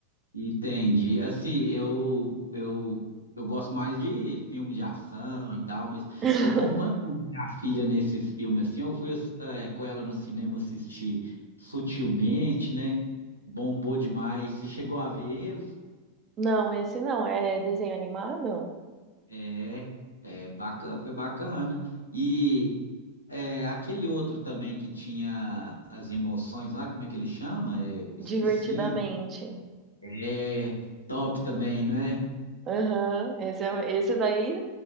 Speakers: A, on the left (about 80°); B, on the right (about 30°).
A: Entendi. Assim, eu, eu, eu gosto mais de filme de ação e tal, mas
B: <laughs>
A: eu acompanho minha filha nesses filmes assim. Eu fui ass- eh, com ela no cinema assistir Sutilmente, né? Bombou demais. Você chegou a ver eles?
B: Não, esse não, é desenho animado?
A: É, é bacana, foi bacana. E eh, aquele outro também que tinha as emoções lá, como é que ele chama? É, esqueci.
B: Divertidamente.
A: É top também, não é?
B: Aham, esse, é, esse daí